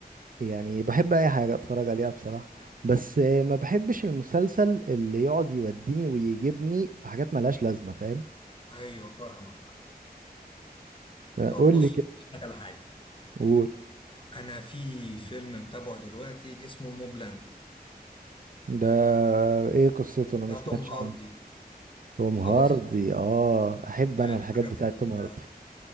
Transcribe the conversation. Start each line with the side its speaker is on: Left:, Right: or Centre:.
Right: يعني بحب اي حاجه اتفرج عليها بصراحه بس آه، ما بحبش المسلسل اللي يقعد يوديني ويجيبني في حاجات ملهاش لازمه فاهم
Left: ايوه فاهمك طب
Right: قول
Left: بص
Right: لي كده
Left: اقول لك على حاجه
Right: قول
Left: انا في فيلم متابعه دلوقتي اسمه موبلاند
Right: ده ايه قصته انا ما
Left: بتاع
Right: سمعتش
Left: توم هاردي
Right: عنه توم
Left: خالص
Right: هاردي اه احب
Left: يعني
Right: انا الحاجات
Left: حاجه
Right: بتاعت
Left: في ال-
Right: توم هاردي